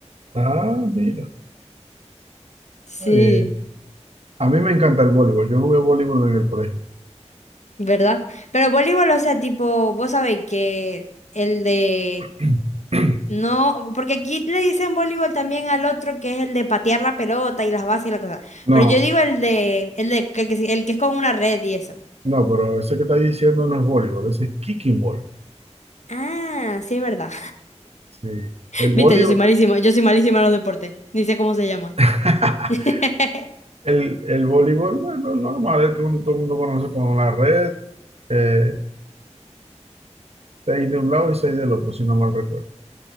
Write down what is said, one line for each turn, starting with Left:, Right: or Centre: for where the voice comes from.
Right: Ah, mira,
Left: Sí,
Right: está bien. A mí me encanta el voleibol. Yo jugué voleibol en el colegio.
Left: ¿verdad? Pero voleibol, o sea, tipo, vos sabéis que el de...
Right: <clears throat>
Left: No, porque aquí le dicen voleibol también al otro que es el de patear la pelota y las bases y la cosa.
Right: No,
Left: Pero yo digo el de, el de, el que, se- el que es con una red y eso.
Right: no, pero eso que estás diciendo no es voleibol, ese es kicking ball.
Left: Ah, sí, es verdad.
Right: Sí.
Left: <laughs>
Right: El voleibol,
Left: Viste, yo soy malísima, yo soy malísima en los deportes. Ni sé cómo se llaman.
Right: <laughs>
Left: <laughs>
Right: el, el voleibol, bueno, normal, el que uno, todo el mundo conoce con la red, eh, seis de un lado y seis del otro, si no mal recuerdo.